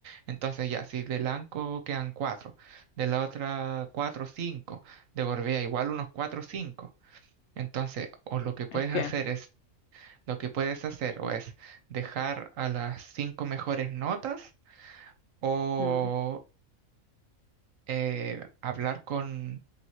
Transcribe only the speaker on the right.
Entonces ya, si de Lanco quedan cuatro, de la otra cuatro o cinco, de Gorbea igual unos cuatro o cinco. Entonces, o lo que puedes
hacer es, lo que puedes hacer o es dejar a las cinco mejores notas o
eh, hablar con,